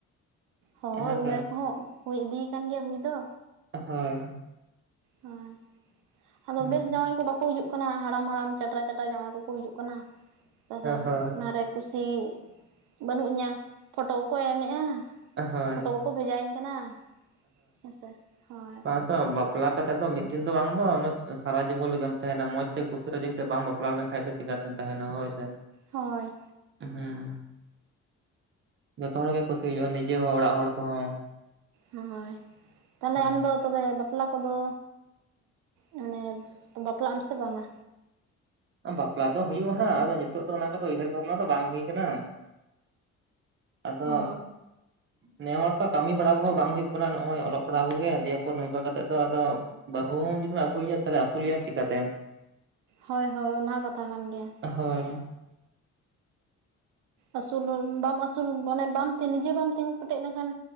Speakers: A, on the right; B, on the right.
A: ᱦᱚᱭ
B: ᱦᱮᱸ
A: ᱩᱢᱮᱨ
B: ᱥᱮ
A: ᱠᱚᱦᱚᱸ ᱦᱳᱭ ᱤᱫᱤ ᱟᱠᱟᱱ ᱜᱮᱭᱟ ᱦᱩᱭ ᱫᱚ
B: ᱦᱳᱭ
A: ᱦᱳᱭ ᱟᱫᱚ
B: ᱦᱮᱸ
A: ᱵᱮᱥ ᱡᱟᱶᱟᱭ ᱠᱚ ᱵᱟᱠᱚ ᱦᱤᱡᱩᱜ ᱠᱟᱱᱟ ᱦᱟᱲᱟᱢ ᱦᱟᱲᱟᱢ ᱪᱟᱴᱨᱟ ᱪᱟᱴᱨᱟ ᱡᱟᱶᱟᱭ ᱠᱚᱠᱚ ᱦᱤᱡᱩᱜ ᱠᱟᱱᱟ ᱛᱟᱞᱦᱮ
B: ᱦᱳᱭ
A: ᱚᱱᱟᱨᱮ ᱠᱩᱥᱤ ᱵᱟᱹᱱᱩᱜ ᱤᱧᱟᱹ ᱯᱷᱳᱴᱳ ᱠᱚᱠᱚ ᱮᱢᱮᱜᱼᱟ
B: ᱦᱮᱸ ᱦᱳᱭ
A: ᱯᱷᱳᱴᱳ ᱠᱚ ᱠᱚ ᱵᱷᱮᱡᱟ ᱟᱹᱧ ᱠᱟᱱᱟ ᱦᱮᱸᱥᱮ ᱦᱳᱭ
B: ᱦᱮᱸᱛᱚ ᱵᱟᱯᱞᱟ ᱠᱟᱛᱮᱜ ᱫᱚ ᱢᱤᱫ ᱫᱤᱱ ᱫᱚ ᱵᱟᱝ ᱫᱚ ᱥᱟᱨᱟ ᱡᱤᱵᱚᱱ ᱞᱮᱜᱮᱢ ᱛᱟᱦᱮᱱᱟ ᱢᱚᱸᱡᱽ ᱛᱮ ᱠᱩᱥᱤ ᱨᱟᱡᱤ ᱵᱟᱢ ᱵᱟᱯᱞᱟ ᱞᱮᱱᱠᱷᱟᱱ ᱫᱚ ᱪᱤᱠᱟᱛᱮᱢ ᱛᱟᱦᱮᱱᱟ ᱦᱳᱭ ᱥᱮ
A: ᱦᱳᱭ
B: ᱦᱩᱸ ᱡᱚᱛᱚ ᱦᱚᱲ ᱜᱮ ᱠᱩᱥᱤ ᱦᱩᱭᱩᱜᱼᱟ ᱱᱤᱡᱮ ᱦᱚᱸ ᱚᱲᱟᱜ ᱦᱚᱲ ᱠᱚᱦᱚᱸ
A: ᱦᱳᱭ ᱛᱟᱦᱞᱮ
B: ᱦᱮᱸ
A: ᱟᱢᱫᱚ ᱛᱚᱵᱮ ᱵᱟᱯᱞᱟ ᱠᱚᱫᱚ ᱢᱟᱱᱮ ᱵᱟᱯᱞᱟᱜ ᱟᱢ ᱥᱮ ᱵᱟᱝᱼᱟ
B: ᱵᱟᱯᱞᱟ ᱫᱚ ᱦᱩᱭᱩᱜᱼᱟ ᱦᱟᱜ ᱟᱫᱚ ᱱᱤᱛᱚᱜ ᱫᱚ ᱚᱱᱟ ᱠᱚᱫᱚ ᱩᱭᱦᱟᱹᱨ ᱵᱷᱟᱵᱽᱱᱟ ᱫᱚ ᱵᱟᱝ ᱦᱩᱭ ᱠᱟᱱᱟ ᱟᱫᱚ
A: ᱚ
B: ᱱᱮ ᱦᱚᱲᱛᱚ ᱠᱟᱹᱢᱤ ᱵᱟᱲᱟ ᱠᱚᱦᱚᱸ ᱵᱟᱝ ᱦᱩᱭᱩᱜ ᱠᱟᱱᱟ ᱱᱚᱜᱼᱚᱭ ᱚᱞᱚᱜ ᱯᱟᱲᱦᱟᱜ ᱠᱚᱜᱮ ᱫᱤᱭᱮᱯᱚᱨ ᱱᱚᱝᱠᱟ ᱠᱟᱛᱮᱜ ᱫᱚ ᱟᱫᱚ ᱵᱟᱹᱦᱩ ᱦᱚᱸ ᱡᱩᱫᱤᱢ ᱟᱹᱜᱩ ᱮᱭᱟ ᱛᱟᱷᱚᱞᱮ ᱟᱥᱩᱞ ᱮᱭᱟᱢ ᱪᱤᱠᱟᱹ ᱛᱮ
A: ᱦᱳᱭ ᱦᱳᱭ ᱚᱱᱟ ᱦᱚᱸ ᱠᱟᱛᱷᱟ ᱠᱟᱱ ᱜᱮᱭᱟ
B: ᱦᱳᱭ
A: ᱟᱹᱥᱩᱞ ᱵᱟᱢ ᱟᱹᱥᱩᱞ ᱢᱟᱱᱮ ᱵᱟᱢ ᱛᱮ ᱱᱤᱡᱮ ᱵᱟᱢ ᱛᱤᱸᱜᱩ ᱠᱮᱴᱮᱡ ᱞᱮᱱᱠᱷᱟᱱ